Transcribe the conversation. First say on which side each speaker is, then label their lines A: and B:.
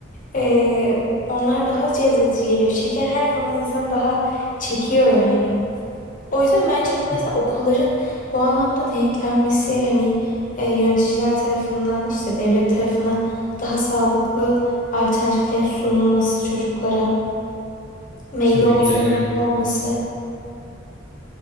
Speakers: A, on the left (about 40°); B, on the left (about 15°).
A: E, onlar daha cezbedici geliyor. Şeker her zaman insanı daha çekiyor yani. O yüzden bence bu mesela
B: Yani,
A: okulların bu anlamda denetlenmesi hani e, yöneticiler tarafından işte devlet tarafından daha sağlıklı alternatiflerin sunulması çocuklara meyve
B: tabii
A: opsiyonunun
B: ki de önemli.
A: olması.